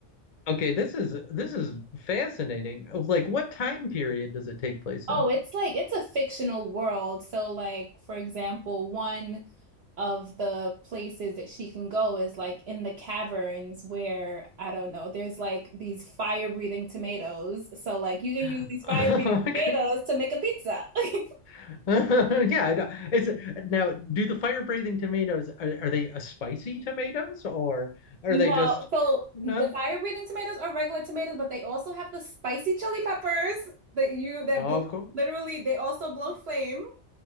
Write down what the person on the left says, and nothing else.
Okay, this is this is fascinating. Like, what time period does it take place
in?
<laughs>
Okay.
<laughs> Yeah, I know. it's now. Do the fire breathing tomatoes are, are they a spicy tomatoes or are
they just
no?
Oh,
of course.